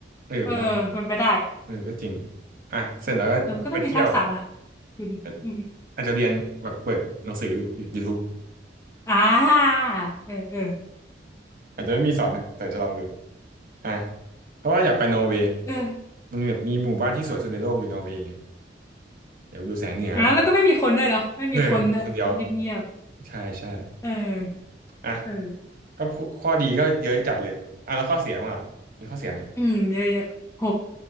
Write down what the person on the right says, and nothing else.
เออเนาะ
เออก็จริงอ่ะเสร็จแล้วก็ไปเที่ยว
อาจอาจจะเรียนแบบเปิดหนังสือดูยูทูบ
อาจจะไม่มีสอนนะแต่จะลองดูอ่ะเพราะว่าอยากไปนอร์เวย์
มันแบบมีหมู่บ้านที่สวยสุดในโลกอยู่นอร์เวย์ไงอยากไปดูแสงเหนือ
เอออยู่คนเดียว ใช่ใช่
อ่ะ
ก็พูข้อดีก็เยอะจัดเลยอ่ะแล้วข้อเสียมั้างอ่ะ มีข้อเสียไหม